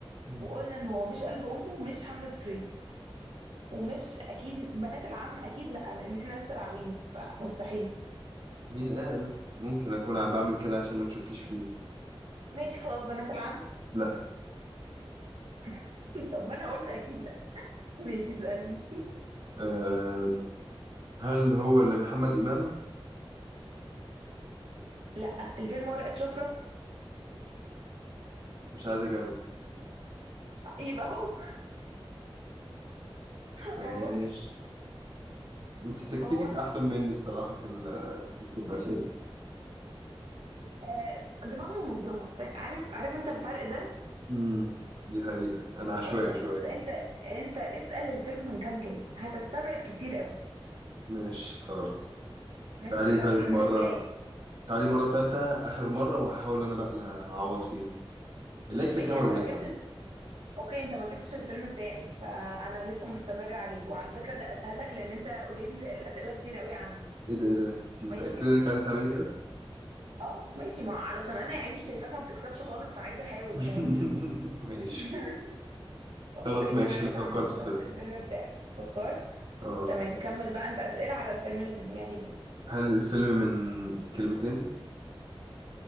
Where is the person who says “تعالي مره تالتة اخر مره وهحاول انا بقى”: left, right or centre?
Right